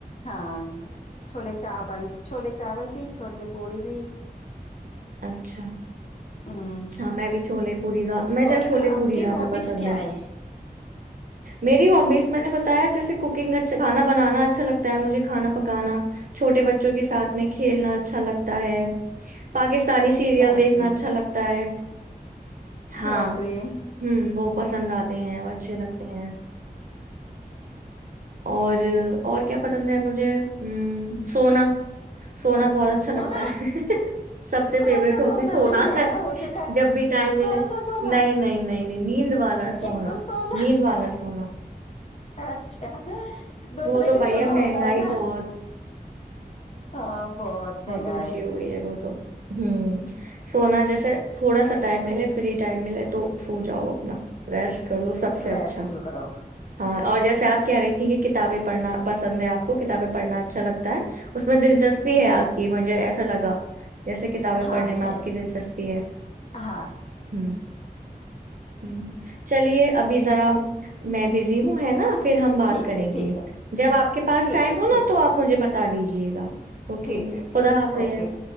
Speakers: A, on the left (about 45°); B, on the right (about 60°).
A: ہاں چھولے چاول چھوولے چاول بھی چھولیے پوڑی بھی
B: اچھا
A: ہ
B: ہاں میں بھی چھولے پوری مج جے
A: اور
B: چھولے
A: آپ
B: پوری
A: کی
B: زیادہ
A: ہابیز
B: پسند
A: کیا
B: ہیں
A: ہے
B: میری ہبیز میں نے بتایا جیسے کوکنگ اچھا کھانا بنانا اچھا لگتا ہے مجھے کھانا پکانا چھوٹے بچوں کے ساتھ میں کھیلنا اھا اچھا لگتا ہے پاکستانی سیریئل
A: بہترین
B: دیکنا اچھا لگتا ہے <unintelligible> ہاں
A: بہترین
B: ہ وہ پسند آتے ہیں اچھے لگتے ہیں اور اور کیا پسند ہے مجھے ا سونا سونا بہت اچھا
A: سونا
B: لگتا ہے سب سے فیوریٹ
A: کون سا
B: ہبی سونا
A: جو مہنگا
B: ہے
A: ہو چکا ہے
B: جب بھی ٹائم ملے
A: کون سا سونا
B: نہیں نہیں نہیں نیند والا
A: ایک تو سونا
B: نیند والا سونا
A: اچھا دوترے
B: وہ تو
A: کے
B: بھیا
A: سونا
B: مہنگائی
A: ہوتا ہے نا
B: بہت
A: ہاں بہت مہنگا
B: اونچی
A: ہے
B: ہو گئی وہ تو ہوں سونا جیسے تھوڑا سا ٹائم ملے فری ٹائم ملے تو سو جاؤ اپنا ریسٹ کر لو سب سے
A: ریسٹ
B: اچھا
A: کرو
B: ہاں اور جیسے آپ کہہ رہی تھی کہ کتابیں پڑھنا پسند ہے آپ کو کتابیں پڑھنا اچھا لگتا ہے اس میں دلچسپی ہے
A: ہاں
B: آپ کی مجھے ایسا لگا جیسے کتابیں
A: ہاں
B: پڑھنے میں
A: ہے
B: آپ کی دلچسپی ہے
A: ہاں
B: ہ ہوں چلیے ابھی ذرا میں بزی ہوں ہے نا پھر ہم بات
A: ٹھیک
B: کریں
A: ہے ٹھیک
B: گے
A: ہے
B: جب آپ کے پاس
A: ٹھیک
B: ٹائم
A: ہے
B: ہوناا
A: ٹھیک
B: تو
A: ہے
B: آپ مجھے ب ستا دیجیے گا اوکے
A: ٹھیک ہے ٹھیک
B: خدا حافظ
A: اوکے